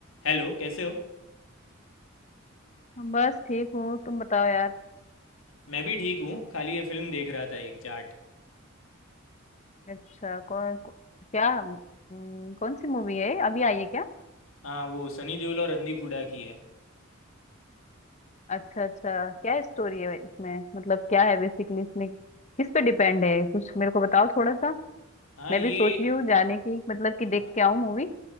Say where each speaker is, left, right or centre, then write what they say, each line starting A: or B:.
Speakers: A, on the left; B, on the left.
A: Hello कैसे हो
B: बस ठीक हूँ तुम बताओ यार
A: मैं भी ठीक हूँ खाली ये फिल्म देख रहा था एक जाट
B: अच्छा कौन कौ, क्या हम्म, कौन सी मूवी है अभी आई है क्या
A: हाँ वो सनी देओल और रणदीप हुड्डा की है
B: अच्छा अच्छा क्या स्टोरी है इसमें मतलब क्या है बेसिकली इसमें किस पे डिपेंड है कुछ मेरे को बताओ थोड़ा सा
A: हाँ
B: मैं
A: ये
B: भी सोच रही हूँ जाने की मतलब कि देख
A: हाँ
B: के आऊँ मूवी